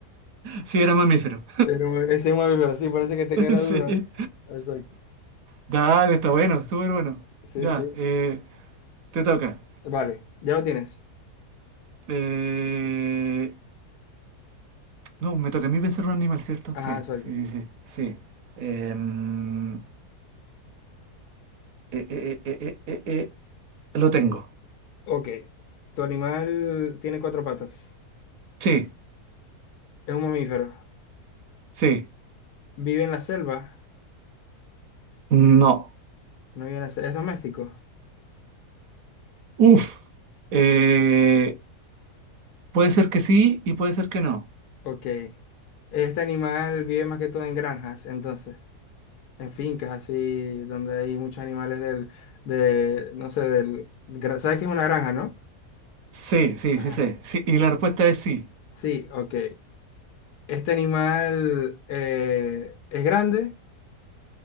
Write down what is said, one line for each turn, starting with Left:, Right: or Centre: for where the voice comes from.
Right: Sí, era mamífero.
Left: Era un- ese es un mamífero, sí, parece que tenía la
Right: <laughs> Sí.
Left: duda. Exacto.
Right: Dale, está bueno, súper bueno.
Left: Sí,
Right: Ya,
Left: sí.
Right: eh, te toca.
Left: Vale, ya lo tienes.
Right: Eh, no, me toca a mí pensar un animal, ¿cierto?
Left: Ajá,
Right: Sí,
Left: exacto.
Right: sí, sí, sí. sí. Em, eh, eh, eh, eh, eh, eh, eh, lo tengo.
Left: Ok. Tu animal tiene cuatro patas.
Right: Sí,
Left: Es un mamífero.
Right: sí.
Left: Vive en la selva.
Right: No.
Left: No vive en la selva. Es doméstico.
Right: Uf. Eh, puede ser que sí y puede ser que no.
Left: Ok. Este animal vive más que todo en granjas, entonces. En fincas así, donde hay muchos animales del, de, no sé, del, gra- ¿sabes qué es una granja, no?
Right: Sí, sí,
Left: Ajá.
Right: sí, sí. sí. Y la respuesta es sí.
Left: Sí, ok. Este animal eh, es grande,